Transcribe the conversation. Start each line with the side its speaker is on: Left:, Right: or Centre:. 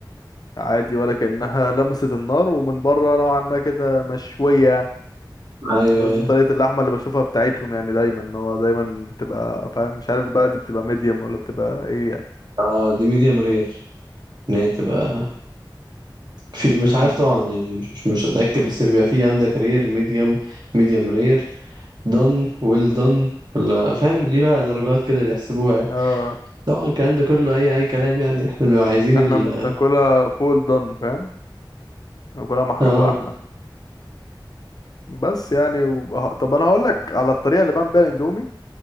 Left: عادي ولا كأنها لمست النار ومن بره نوعا ما كده مشوية يعني.
Right: ايوه
Left: قصدي
Right: ايوه
Left: طريقة اللحمة اللي بشوفها بتاعتهم يعني دايما ان هو دايما بتبقى فاهم مش عارف بقى دي بتبقى ميديوم ولا بتبقى ايه يعني
Right: اه دي ميديم رير ان هي تبقى في مش
Left: امم
Right: عارف طبعا يعني مش مش مش اتاكد بس بيبقى في عندك رير ميديوم ميديوم رير دون ويل دون ولا فاهم ليه بقى درجات كده بيحسبوها يعني.
Left: اه
Right: طبعا الكلام ده كله اي اي كلام يعني احنا بنبقى عايزين ال
Left: احنا بناكلها فول دون فاهم بناكلها محروقة
Right: اه
Left: احنا بس يعني و... طب انا هقول لك على الطريقة اللي بعمل بيها الاندومي